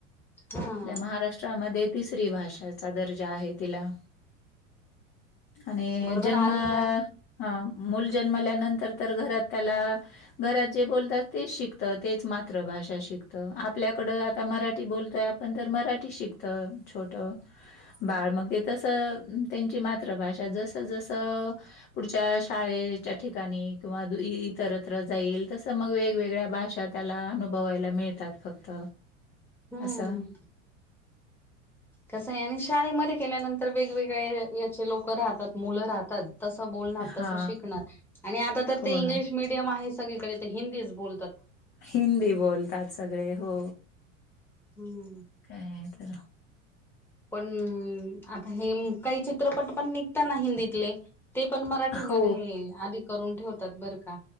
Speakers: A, in the centre; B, on the left (about 25°).
A: हा
B: आपल्या महाराष्ट्रामध्ये तिसरी भाषाचा दर्जा आहे तिला. आणि
A: बरोबर
B: जन्म
A: आणि
B: हा मूल जन्मल्यानंतर तर घरात त्याला घरात जे बोलतात तेच शिकत, तेच मातृभाषा शिकत, आपल्याकडं आता मराठी बोलतोय आपण पण तर मराठी शिकत छोट बाळ मग ते तसं त्यांची मातृभाषा. जस, जस पुढच्या शाळेच्या ठिकाणी किंवा इतरत्र जाईल, तस मग वेगवेगळ्या भाषात त्याला अनुभवायला मिळतात फक्त.
A: हम्म,
B: असं
A: कसा आहे आणि शाळेमध्ये गेल्यानंतर वेगवेगळे एज चे लोक राहतात, मुलं राहतात तस बोलणार
B: हा
A: तस शिकणार, आणि आता तर
B: हो
A: ते इंग्लिश
B: ना
A: मिडियम आहे सगळीकडे ते हिंदीच बोलतं.
B: हिंदीच बोलतात, सगळे हो.
A: हं हं
B: काय तर
A: पण आता हे, काही चित्रपट पण निघता ना हिंदीतले. ते पण मराठीमध्ये
B: हो.
A: आधी करून ठेवतात. बरं का,